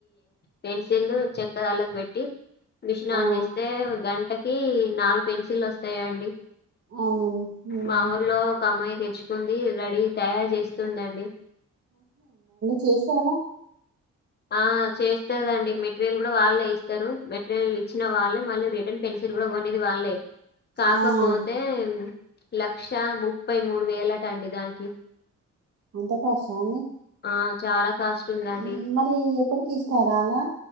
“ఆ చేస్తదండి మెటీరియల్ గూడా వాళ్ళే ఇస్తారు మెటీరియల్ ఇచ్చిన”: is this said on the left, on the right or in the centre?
Left